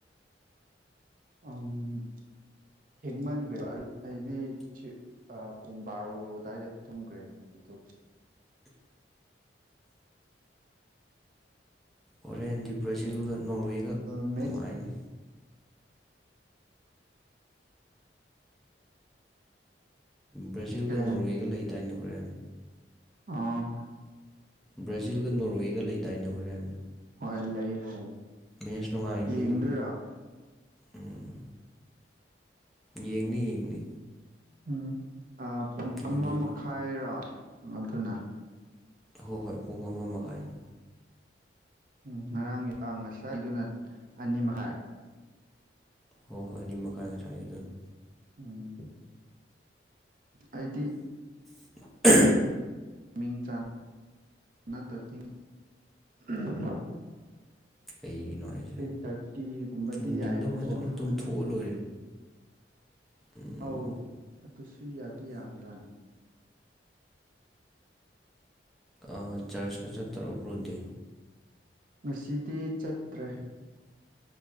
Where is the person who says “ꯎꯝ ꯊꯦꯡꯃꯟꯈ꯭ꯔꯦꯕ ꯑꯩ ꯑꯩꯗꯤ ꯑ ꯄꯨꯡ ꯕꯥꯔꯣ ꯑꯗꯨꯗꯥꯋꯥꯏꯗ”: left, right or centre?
Right